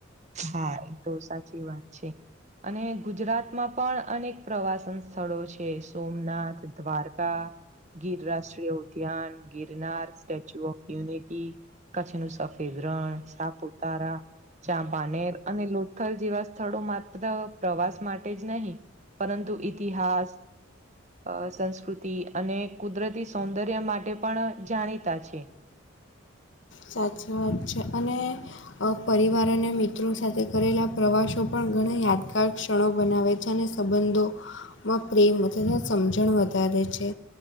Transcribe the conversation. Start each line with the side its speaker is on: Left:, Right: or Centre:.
Right: હા એ તો સાચી વાત છે, અને ગુજરાતમાં પણ. અનેક પ્રવાસન સ્થળો છે સોમનાથ દ્વારકા ગીરરાષ્ટ્રીય. ધ્યાન Girnar, statue of unity, Kutch ન સફેદ રણ. સાપુતારા. નેર અને લોથલ જેવા સ્થળો માત્ર પ્રવાસ માટે જ નહીં પરંતુ. ઇતિહાસ. અ સંસ્કૃતિ અને કુદરતી સૌંદર્ય માટે પણ જાણીતા છે.
Left: સાચો વાત છે અને. પરિવાર અને મિત્રો સાથે કરેલા પ્રવાસો પણ ઘણા યાદગાર ક્ષણો બનાવે છે અને. સંબંધોમાં પ્રેમ વધે તથા સમજણ વધારે છે.